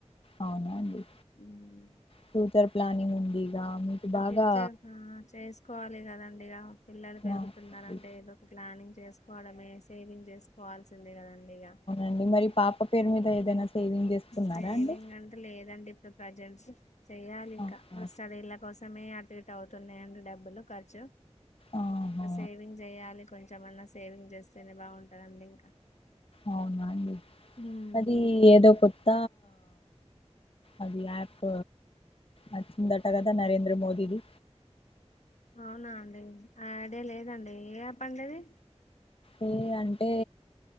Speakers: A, on the left (about 55°); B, on the left (about 80°).
A: అవునా అండి
B: మ్మ్
A: ఫ్యూచర్ ప్లానింగ్ ఉంది ఇగ మీకు
B: ఇంకా
A: బాగా
B: ఫ్యూచర్ హా చేసుకోవాలి కదండి ఇగ పిల్లలు పెరుగుతున్నారంటే
A: ఆ ఈ
B: ఏదో ప్లానింగ్ చేసుకోవడమే సేవింగ్ చేసుకోవాల్సిందే కదండి ఇగ
A: అండి మరి పాప పేరు మీద ఏదైనా సేవింగ్ చేసుకున్నారా
B: సేవింగ్
A: అండి
B: అంటే లేదండి ఇప్పుడు ప్రెజెంట్స్ చెయ్యాలి ఇంకా
A: ఆహా
B: వాళ్ళ స్టడీల కోసమే అటు ఇటు అవుతున్నాయండి డబ్బులు ఖర్చు
A: ఆహా!
B: ఇకా సేవింగ్ చేయాలి కొంచమన్నా సేవింగ్ చేస్తేనే బాగుంటాదాండి ఇంకా
A: అవునా అండి
B: మ్మ్
A: అది ఏదో కొత్త అది యాప్ వచ్చిందట కదా నరేంద్ర మోదీది
B: అవునా అండి ఆ ఐడియా లేదండి ఏ ఆప్ండది
A: అ అంటే